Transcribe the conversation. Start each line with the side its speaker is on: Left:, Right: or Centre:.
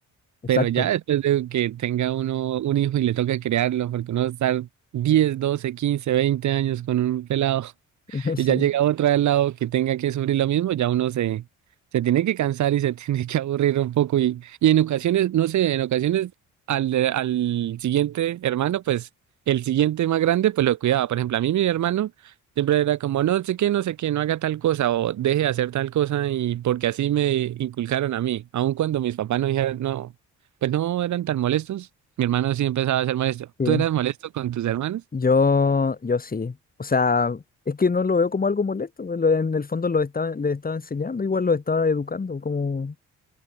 Left: exacto,
Right: Pero ya después de que tenga uno un hijo y le toca criarlo, porque uno va a estar 10 12 15 20 años con un pelado.
Left: <laughs> sí.
Right: y ya llega otra al lado que tenga que sufrir lo mismo, ya uno se, se tiene que cansar y se <laughs> tiene que aburrir un poco. Y, y en ocasiones, no sé, en ocasiones al, de- al siguiente hermano, pues el siguiente más grande, pues lo cuidaba. Por ejemplo, a mí mi hermano siempre era como, no sé qué, no sé qué, no haga tal cosa o deje de hacer tal cosa y porque así me inculcaron a mí, aun cuando mis papás no dijeron, no, pues no eran tan molestos. Mi hermano sí empezaba a ser molesto.
Left: sí.
Right: ¿Tú eras molesto con tus hermanos?
Left: Yo, yo sí. O sea, es que no lo veo como algo molesto. pues, lo- En el fondo lo estaba, le estaba enseñando, igual lo estaba educando, como,